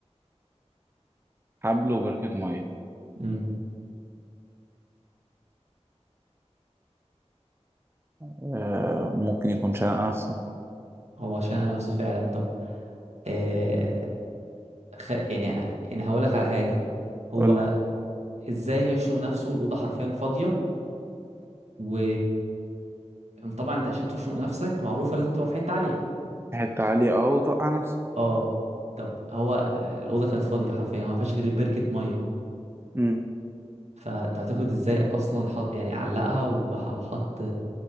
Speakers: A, on the right (about 20°); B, on the right (about 70°).
A: حبل وبركة مية
B: امم
A: آه ممكن يكون شنق نفسه
B: هو شنق نفسه فعلا طب آه خ... يعني يعني هقولك على حاجة هو
A: قول لي
B: ازاي هيشنق نفسه الأوضة حرفيا فاضية و طبعا انت عشان تشنق نفسك معروفة لازم تبقى في حتة عالية
A: حتة عالية اه وتوقع نفسك
B: اه طب هو آه، الأوضة كانت فاضية حرفيا هو مفيهاش غير بركة مية
A: امم
B: فتعتقد ازاي اصلا حط يعني علقها وح- وحط